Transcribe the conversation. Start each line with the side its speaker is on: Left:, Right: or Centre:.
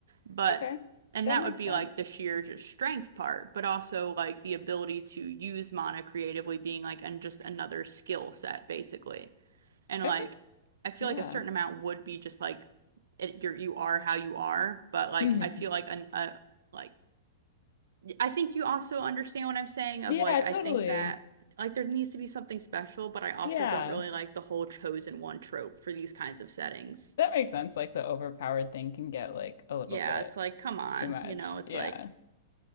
Right: But
Left: Okay.
Right: and
Left: That
Right: that
Left: makes
Right: would be
Left: sense.
Right: like the sheer just strength part, but also like the ability to use mana creatively being like and just another skill set basically and
Left: Okay.
Right: like I feel
Left: Yeah.
Right: like a certain amount would be just like it, you're you are how you are, but like
Left: hmm
Right: I feel like an a like I think you also understand what I'm saying of
Left: Yeah,
Right: like I
Left: totally.
Right: think that like there needs to be something special, but I also
Left: Yeah.
Right: don't really like the whole chosen one trope for these kinds of settings.
Left: That makes sense. Like the overpowered thing can get like a little
Right: Yeah,
Left: bit
Right: it's like come on,
Left: too much.
Right: you know, it's
Left: Yeah.
Right: like